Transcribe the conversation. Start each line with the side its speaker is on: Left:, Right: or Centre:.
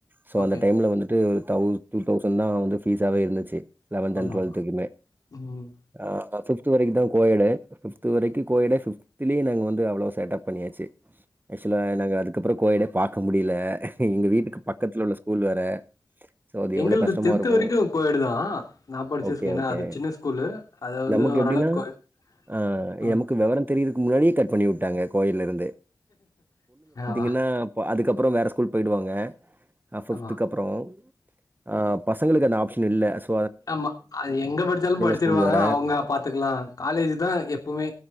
Right: சோ
Left: ஓகே
Right: அந்த டைம்ல வந்துட்டு டொளக் டூ தௌசண்ட் தா வந்து ஃபீஸாவே இருந்துச்சு லெவன்த்
Left: ஆமா
Right: அன் டு்வெல்த்துக்குமே
Left: ஆமா ம்
Right: அ ஃபிப்த்து வரைக்கு தா கோயேடே ஃபிப்த்து வரைக்கு கோயட்டு ஃபிப்த்துலேயே நாங்க வந்து அவ்ளோ சேட்ட பண்ணியாச்சு ஆக்சுவலா என்னங்க அதுக்கப்றோ கோய்யடே பாக்க முடியல எங்க வீட்டுக்கு பக்கத்ல உள்ள ஸ்கூல் வேற அது
Left: எங்கள்து
Right: எவ்ள கஷ்டமா
Left: டென்த்
Right: இருக்கு
Left: வரைக்கு கோயடு தா நா படிச்சதுக்கு
Right: ஒகே
Left: ஏன்னா
Right: ஒகே
Left: அது சின்ன ஸ்கூலு அது வந்து
Right: நமக்கு
Left: ஓரளவுக்கு
Right: எப்டினா
Left: கோயட்
Right: அ
Left: ஆ
Right: எமக்கு வெவர தெரிய முன்னாடியே கட் பண்ணி விட்டாங்க கோயில இருந்தே
Left: ஆ
Right: ஏன்னா அதுக்க அப்றோ வேற ஸ்கூல் போயிடுவாங்க நா ஃபிப்துக்கு
Left: ஆமா
Right: அப்றோ அ பசங்களுக்கு அந்த ஆப்ஷன் இல்ல சொ
Left: ஆமா அது எங்க படிச்சாலு படிச்சிருவாங்க
Right: ஸ்கூல் வேற.
Left: அவுங்க பாத்துக்லா காலேஜ் தா எப்பவுமே